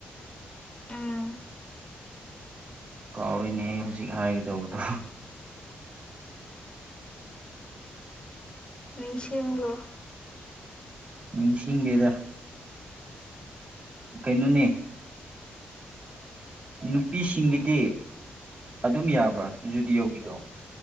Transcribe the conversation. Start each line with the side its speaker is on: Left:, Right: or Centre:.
Left: ꯑꯝ
Right: ꯀꯥꯎꯔꯤꯅꯦ ꯑꯩ ꯍꯧꯖꯤꯛ ꯍꯥꯏꯒꯗꯧꯕꯗꯣ <inaudible>
Left: ꯅꯤꯡ ꯏꯂꯣ
Right: ꯅꯤꯡꯁꯤꯡꯗꯦꯗ ꯀꯩꯅꯣꯅꯦ ꯅꯨꯄꯤꯁꯤꯡꯒꯤꯗꯤ ꯑꯗꯨꯝ ꯌꯥꯕ꯭ꯔꯥ ꯖꯨꯗꯤꯌꯣꯒꯤꯗꯣ